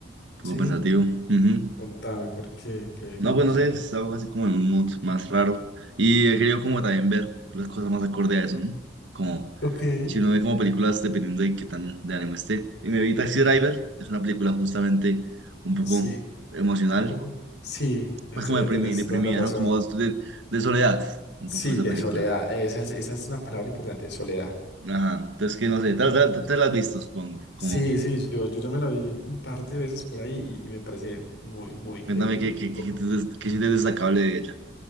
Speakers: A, on the right (about 80°); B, on the left (about 65°).
A: poco
B: Sí,
A: pensativo. Ujú.
B: Contame, ¿por qué? ¿Qué,
A: No,
B: qué pasa?
A: pues no sé, he estado así como en un mood más raro. Y he querido como también ver las cosas más acorde a eso, ¿no? Como
B: ok,
A: si uno
B: <laughs>
A: ve como películas dependiendo de qué tan de ánimo esté. Y me vi Taxi
B: Mm.
A: Driver, es una película justamente un poco
B: Sí,
A: emocional,
B: un poco. sí, es-
A: pues como
B: eh,
A: deprimi-
B: tenés
A: deprimida,
B: toda la razón.
A: ¿no? Como de, de soledad, un
B: Sí,
A: poco esa
B: de
A: película.
B: soledad. Esa es, esa es una palabra importante, soledad.
A: Ajá, entonces que no sé, te, te te las has visto, supongo, como...
B: Sí, sí, yo, yo, yo me la vi un par de veces por ahí y, y me parece muy, muy increíble.
A: Cuéntame qué,
B: Y
A: qué,
B: poco.
A: qué, sientes des- qué sientes destacable de ella.